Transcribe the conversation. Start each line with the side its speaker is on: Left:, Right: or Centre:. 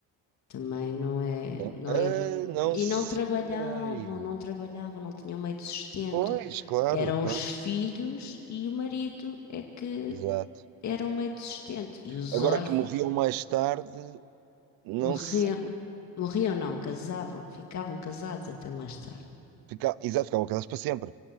Left: Também não é,
Right: Né?
Left: não
Right: Ah,
Left: iam-
Right: não
Left: e
Right: sei.
Left: não trabalhavam, não trabalhavam, não tinham meio de sustento.
Right: Pois, claro,
Left: Eram
Right: claro,
Left: os filhos e o marido é que
Right: exato.
Left: eram meio de sustento e os
Right: Agora
Left: órfãos
Right: que morriam mais tarde, não
Left: morriam,
Right: sei.
Left: Morriam, não, casavam, ficavam casados até mais tarde.
Right: Fica, exato, ficavam casados para sempre.